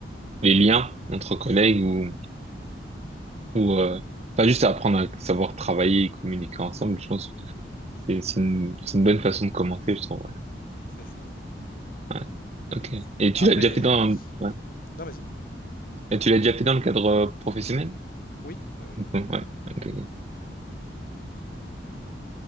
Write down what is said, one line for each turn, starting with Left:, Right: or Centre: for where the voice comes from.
Right: les liens entre collègues ou, ou euh, pas juste apprendre à savoir travailler et communiquer ensemble, je pense. C'est c'est une, c'est une bonne façon de commencer, je trouve. Ouais.
Left: C'est ça.
Right: Ouais. Ok.
Left: ça.
Right: Et tu
Left: Après...
Right: l'as déjà fait dans, ouais.
Left: Non, vas-y.
Right: Et tu l'as déjà fait dans le cadre euh, professionnel?
Left: Oui, oui, oui,
Right: Donc, ouais, ok, ok,
Left: oui, oui.